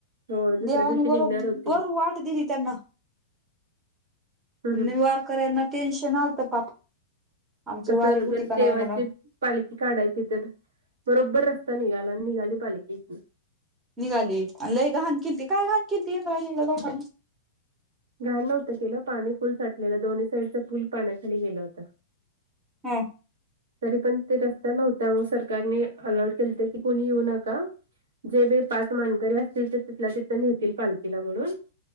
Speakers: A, on the right (about 85°); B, on the right (about 15°).
A: होय दुसऱ्या
B: देवाने
A: दिवशी निघणार
B: बरोबर
A: होती
B: वाट दिली त्यांना
A: हम्म
B: म्हणे वारकरायांना टेन्शन आलत पाप आमची
A: कसं
B: वारी होती
A: ग-
B: का
A: देवाची
B: नाही म्हणून.
A: पालखी काढायची तर बरोबर रस्ता निघाला आणि निघाली पालखी इथनं.
B: निघाली आणि लय घाण केलती काय घाण केलथी इंद्रायणीला लोकांने.
A: घाण नव्हतं केलं पाणी फुल साठलेलं दोन्ही साईडचा पूल पाण्याखाली गेला होता.
B: हा.
A: तरी पण ते रस्ता नव्हता मग सरकारने अलर्ट केलंत की कोणी येऊ नका जे बे पाच मानकरी असतील ते तिथल्या तिथं नेतील पालखीला म्हणून